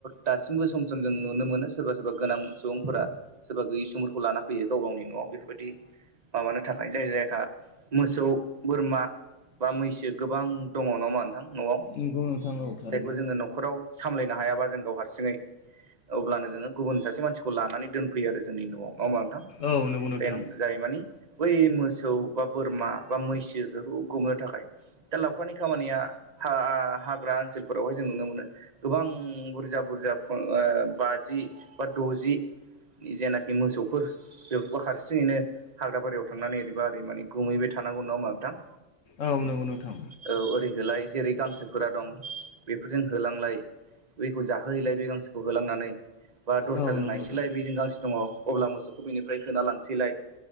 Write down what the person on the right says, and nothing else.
दासिमबो सम सम जों नुनो मोनो सोरबा सोरबा गोनां सुबुंफोरा सोरबा गैयि सुमुरखौ लाना फैयो गाव गावनि न'आव बेफोरबायदि माबानो थाखाय जाय जायफ्रा मोसौ बोरमा बा मैसो गोबां दङ नङा होन नोंथां न'आव
जायखौ जोङो न'खराव सामलायनो हायाबा जों गाव हारसिङै अब्लानो जोङो गुबुन सासे मानसिखौ लानानै दोनफैयो आरो जोंनि न'आव नङा थां
जाय-जाय मानि बै मोसौ बा बोरमा बा मैसो बेफोरखौ गुमनो थाखाय। दा लावखारनि खामानिया हा-हाग्रा ओनसोलफोराव जों नुनो मोनो गोबां बुरजा बुरजा बाजि बा द'जि जेनाखि मोसौफोर बेफोरखौ हारसिङैनो हाग्रा बारियाव थांनानै ओरैबा ओरै माने गुमैबाय थानांगौ नङा होनबा नोंथां?
औ ओरैहोलाय जेरै गांसोफोरा दं बेफोरजों होलांलाय बेखौ जाहोहैलाय बे गांसोखौ होलांनानै बा दस्राजों
नायसैलाय
बजों गांसो दङ अब्ला मोसौखौ बेनिफ्राय होना लांसैलाय।